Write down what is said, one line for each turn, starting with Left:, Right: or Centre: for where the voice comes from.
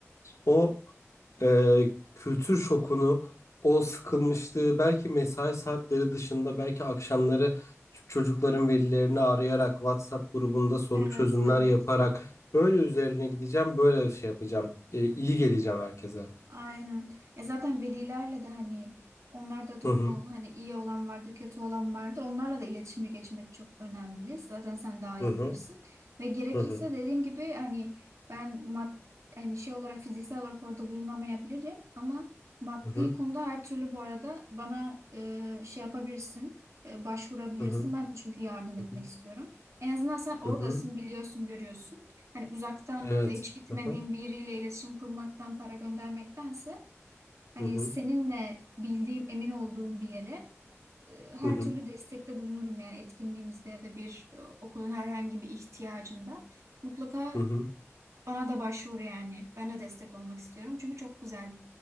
Left: o, e, kültür şokunu, o sıkılmışlığı belki mesai saatleri dışında belki akşamları ç- çocukların velilerini arayarak WhatsApp grubunda soru
Right: Evet,
Left: çözümler
Right: evet.
Left: yaparak böyle üzerine gideceğim, böyle şey yapacağım. E, iyi geleceğim herkese.
Right: Aynen. Ya zaten velilerle de hani onlar da durumu
Left: Hı hı
Right: hani iyi olan vardı, kötü olan vardı. Onlarla da iletişime geçmek çok önemli. Zaten sen daha iyi
Left: hı hı
Right: bilirsin. Ve gerekirse
Left: hı
Right: dediğim gibi hani ben mad hani şey olarak fiziksel olarak orada bulunamayabilirim ama maddi
Left: hı hı
Right: konuda her türlü bu arada bana e, şey yapabilirsin, e, başvurabilirsin.
Left: hı hı
Right: Ben de çünkü yardım
Left: hı
Right: etmek istiyorum. En azından sen oradasın,
Left: hı hı.
Right: biliyorsun, görüyorsun. Hani uzaktan
Left: Evet.
Right: hiç gitmediğim
Left: Hı hı
Right: biriyle iletişim kurmaktan para göndermektense hani
Left: hı hı
Right: seninle bildiğim, emin olduğum bir yere e, her
Left: hı hı.
Right: türlü destekte bulunurum yani etkinliğinizde ya da bir e, okulun herhangi bir ihtiyacında. Mutlaka
Left: hı hı.
Right: bana da başvur yani. Ben de destek olmak istiyorum. Çünkü çok güzel